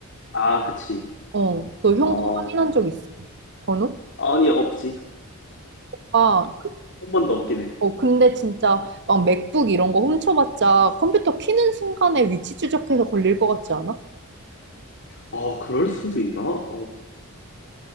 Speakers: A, on the left; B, on the right.
A: 아, 그치.
B: 어, 너 현금
A: 어,
B: 확인한 적 있어? 번호?
A: 아니, 없지.
B: 아,
A: 한 번도 없긴 해.
B: 어, 근데 진짜 막 맥북 이런 거 훔쳐봤자 컴퓨터 키는 순간에 위치 추적해서 걸릴 것 같지 않아?
A: 아, 그럴 수도 있나? 어,